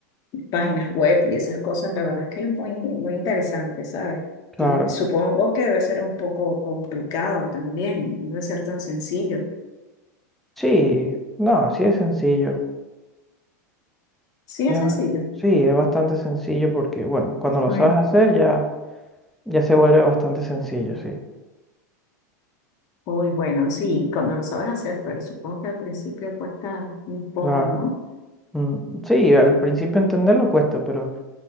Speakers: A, on the left; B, in the centre.
A: de páginas web y esas cosas, la verdad es que es muy, muy interesante, ¿sabes?
B: claro.
A: Y supongo que debe ser un poco complicado también, no debe ser tan sencillo.
B: Sí, no, sí es sencillo.
A: Sí,
B: Es
A: es sencillo.
B: ba- sí, es bastante sencillo porque, bueno, cuando lo
A: Uy,
B: sabes hacer ya, ya se vuelve bastante sencillo, sí.
A: uy, bueno, sí, cuando lo sabes hacer, pero supongo que al principio cuesta un poco,
B: Claro.
A: ¿no?
B: Mm, sí, al principio entenderlo cuesta, pero